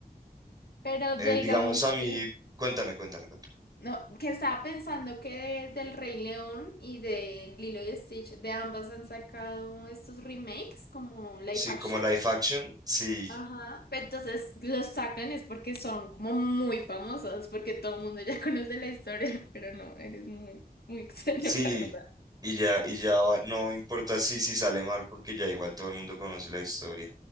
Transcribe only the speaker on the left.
Pero
digamos
que,
no, que estaba pensando que de- del Rey León y de Lilo y Stitch, de ambas han sacado estos remakes como live
action.
Ajá. Pero entonces los sacan es porque son como muy famosos, porque todo el mundo ya <laughs> conoce la historia, pero no, eres muy, muy extraño,
la verdad.